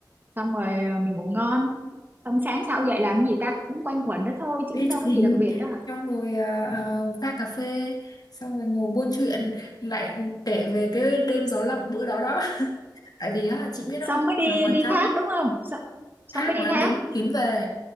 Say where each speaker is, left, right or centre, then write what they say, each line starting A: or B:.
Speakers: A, on the right; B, on the left.
A: xong rồi à, mình ngủ ngon xong sáng sau dậy làm cái gì ta cũng quanh quẩn đó thôi chứ
B: đi
A: cũng đâu
B: chụp
A: có
B: hình
A: gì đặc biệt đó hả
B: xong rồi ờ, ờ, pha cà phê xong rồi ngồi buôn chuyện lại kể về cái đêm gió lộng bữa đó đó <laughs> tại vì á, chị biết
A: xong
B: không
A: mới đi
B: nằm ở
A: đi
B: trong
A: thác đúng không xong, xong
B: thác
A: mới đi
B: là
A: thác
B: đến chuyến về